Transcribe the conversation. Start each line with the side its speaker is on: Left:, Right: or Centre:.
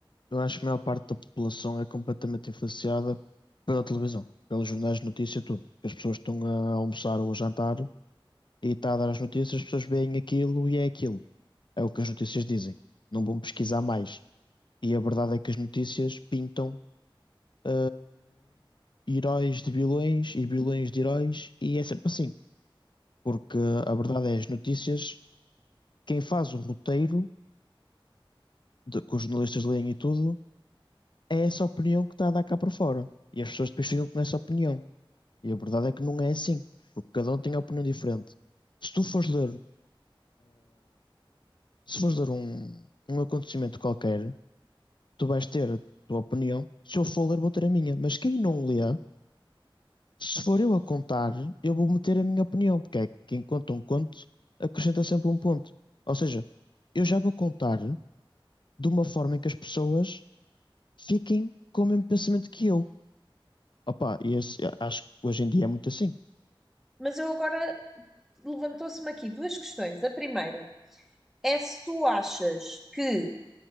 Left: eu acho que a maior parte da população é completamente influenciada pela televisão, pelos jornais de notícia, tudo. As pessoas estão a almoçar ou a jantar e está a dar as notícias, as pessoas veem aquilo e é aquilo. É o que as notícias dizem. Não vão pesquisar mais. E a verdade é que as notícias pintam ah, heróis de vilões e vilões de heróis e é sempre assim. porque a verdade é, as notícias, quem faz o roteiro, de, que os jornalistas leem e tudo, é essa opinião que está a dar cá para fora. E as pessoas depois ficam com essa opinião. E a verdade é que não é assim, porque cada um tem a opinião diferente. Se tu fores ler, se fores ler um, um acontecimento qualquer, tu vais ter a tua opinião. Se eu for ler, vou ter a minha. Mas quem não lê, se for eu a contar, eu vou meter a minha opinião, porque é que quem conta um conto acrescenta sempre um ponto. Ou seja, eu já vou contar de uma forma em que as pessoas fiquem com o mesmo pensamento que eu. Opa, e esse- acho que hoje em dia é muito assim.
Centre: Mas eu agora levantou-se-me aqui duas questões. A primeira é se tu achas que